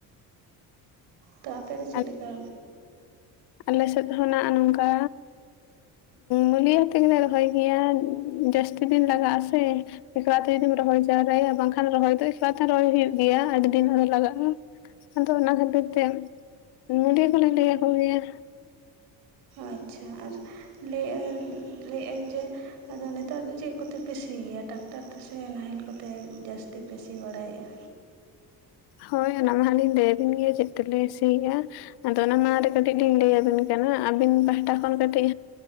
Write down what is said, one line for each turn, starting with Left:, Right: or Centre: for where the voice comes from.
Right: ᱛᱟ ᱟᱯᱮ ᱫᱚ ᱪᱮᱫ
Left: ᱟᱨ
Right: ᱞᱮᱠᱟ?
Left: ᱟᱞᱮ ᱥᱮᱫ ᱫᱚ <unintelligible> ᱱᱚᱝᱠᱟ ᱢᱩᱞᱭᱟᱹ ᱛᱮ ᱜᱮᱞᱮ ᱨᱚᱦᱚᱭ ᱜᱮᱭᱟ ᱡᱟᱹᱥᱛᱤ ᱫᱤᱱ ᱞᱟᱜᱟᱜᱼᱟ ᱥᱮ᱾ ᱮᱠᱞᱟ ᱛᱮ ᱡᱩᱫᱤᱢ ᱨᱚᱦᱚᱭ ᱡᱟᱣᱨᱟᱭᱟ ᱵᱟᱝᱠᱷᱟᱱ ᱨᱚᱦᱚᱭ ᱫᱚ ᱮᱠᱞᱟ ᱛᱮ ᱨᱚᱦᱚᱭ ᱦᱩᱭᱩᱜ ᱜᱮᱭᱟ ᱟᱹᱰᱤ ᱫᱤᱱ ᱞᱟᱜᱟᱜᱼᱟ ᱾ ᱟᱫᱚ ᱚᱱᱟ ᱠᱷᱟᱹᱛᱤᱨ ᱛᱮ ᱢᱩᱞᱭᱟᱹ ᱠᱚᱞᱮ ᱞᱟᱹᱭ ᱟᱠᱚ ᱜᱮᱭᱟ
Right: ᱟᱪᱪᱷᱟ ᱟᱨ ᱞᱟᱹᱭ ᱞᱟᱹᱭᱮᱫ ᱟᱹᱧ ᱡᱮ ᱟᱫᱚ ᱱᱮᱛᱟᱨ ᱫᱚ ᱪᱮᱫ ᱠᱚᱛᱮ ᱯᱮ ᱥᱤ ᱜᱮᱭᱟ ᱴᱟᱠᱴᱟᱨ ᱛᱮ ᱥᱮ ᱱᱟᱦᱮᱞ ᱠᱚᱛᱮ ᱡᱟᱹᱥᱛᱤ ᱯᱮ ᱥᱤ ᱵᱟᱲᱟᱭᱮᱫᱼᱟ?
Left: ᱦᱳᱭ ᱚᱱᱟ ᱢᱟ ᱦᱟᱜ ᱞᱤᱧ ᱞᱟᱹᱭᱟᱵᱤᱱ ᱜᱮᱭᱟ ᱪᱮᱫ ᱛᱮᱞᱮ ᱥᱤᱭᱮᱫᱼᱟ? ᱟᱫᱚ ᱚᱱᱟ ᱢᱟ ᱟᱹᱰᱤ ᱠᱟᱹᱴᱤᱡ ᱞᱤᱧ ᱞᱟᱹᱭ ᱟᱹᱵᱤᱱ ᱠᱟᱱᱟ ᱟᱹᱵᱤᱱ ᱯᱟᱦᱴᱟ ᱠᱷᱚᱱ ᱠᱟᱹᱴᱤᱡ